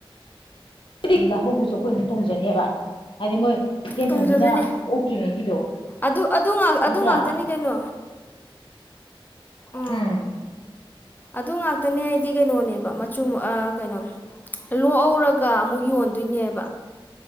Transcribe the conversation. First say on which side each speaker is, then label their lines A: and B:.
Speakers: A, on the left; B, on the left.
A: ꯍꯥꯏꯗꯤ ꯂꯍꯧꯕꯁꯨ ꯑꯩꯈꯣꯏ ꯑꯗꯨꯝ ꯇꯣꯡꯖꯅꯦꯕ ꯍꯥꯏꯗꯤ ꯃꯣꯏ ꯏꯊꯦꯟ
B: ꯇꯨꯡꯖꯗꯣꯅꯦ
A: ꯊꯟꯕꯤꯅ ꯑꯣꯛꯇ꯭ꯔꯤꯉꯩꯒꯤꯗꯣ
B: ꯑꯗꯨ ꯑꯗꯨ ꯉꯥꯛ
A: ꯅꯠꯇ꯭ꯔꯥ
B: ꯑꯗꯨ ꯉꯥꯛꯇꯅꯤ ꯀꯩꯅꯣ ꯎ
A: ꯎꯝ
B: ꯑꯗꯨ ꯉꯥꯛꯇꯅꯦꯗꯤ ꯗꯤ ꯀꯩꯅꯣꯅꯦꯕ ꯃꯆꯨ ꯀꯩꯅꯣ ꯂꯣꯛꯍꯧꯔꯒ ꯑꯃꯨꯛ ꯌꯣꯟꯗꯣꯏꯅꯦꯕ